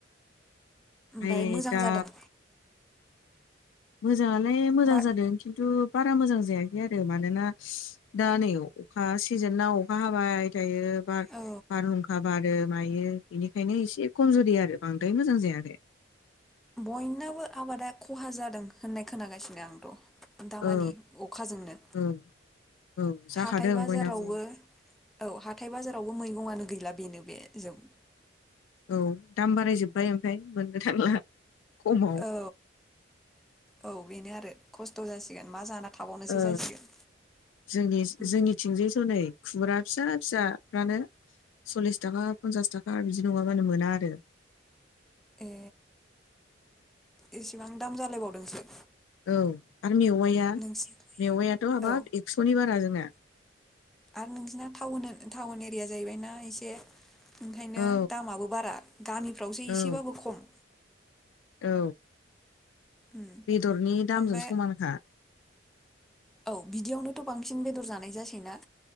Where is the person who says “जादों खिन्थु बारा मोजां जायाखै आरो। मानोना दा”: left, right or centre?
Left